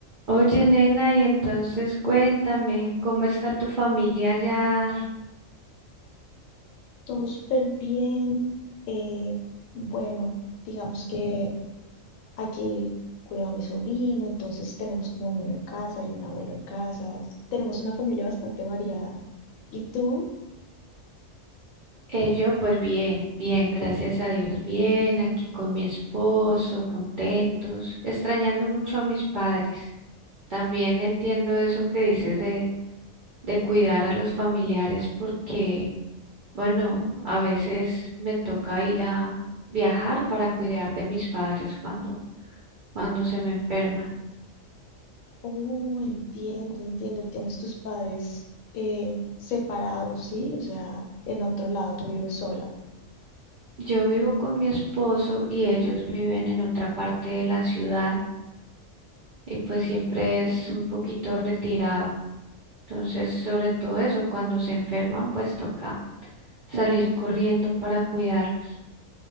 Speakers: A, on the right; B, on the left.
A: Oye, nena, y entonces cuéntame, ¿cómo está tu familia allá.
B: Todo súper bien. eh, bueno, digamos que aquí cuido a mi sobrino, entonces tenemos como un niño en casa y un abuelo en casa. Tenemos una familia bastante variada. ¿Y tú?
A: Eh, yo, pues bien, bien, gracias a Dios, bien, aquí con mi esposo, contentos, extrañando mucho a mis padres. También entiendo eso que dices de, de cuidar a los familiares porque, bueno, a veces me toca ir a viajar para cuidar de mis padres cuando, cuando se me enferman.
B: Oh, entiendo, entiendo. Tienes tus padres eh, separados, ¿sí? O sea, en otro lado, tú vives sola.
A: Yo vivo con mi esposo y ellos viven en otra parte de la ciudad y pues siempre es un poquito retirado. Entonces, sobre todo eso, cuando se enferman, pues toca salir corriendo para cuidarlos.